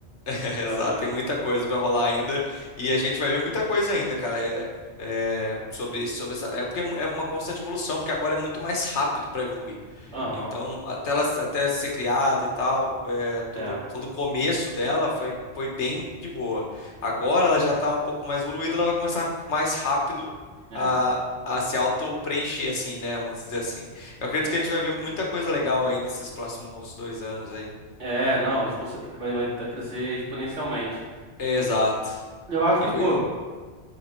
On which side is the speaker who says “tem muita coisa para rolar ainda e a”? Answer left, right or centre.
Left